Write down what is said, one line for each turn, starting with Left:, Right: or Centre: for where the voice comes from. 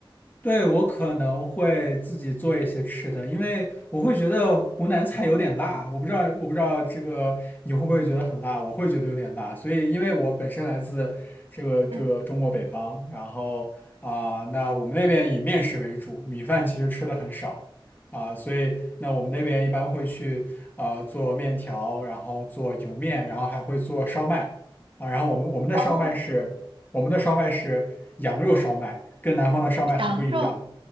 Left: 对，我可能会自己做一些吃的，因为我会觉得湖南菜有点辣，我不知道，我不知道这个你会不会觉得很辣，我会觉得有点辣，所以因为我本身来自这个这个中国北方，
Right: 嗯，
Left: 然后啊、那我们那边以面食为主，米饭其实吃的很少啊、所以那我们那边一般会去呃做面条，然后做油面，然后还会做烧麦啊、然后我们我们的烧麦是。
Right: 哦，
Left: 我们的烧麦是羊肉烧麦，跟南方的烧麦很不一样。
Right: 羊肉，